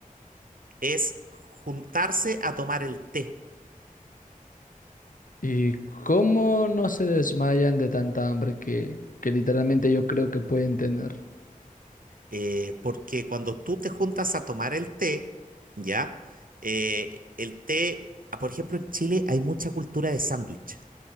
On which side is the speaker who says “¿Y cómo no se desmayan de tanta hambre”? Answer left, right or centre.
Left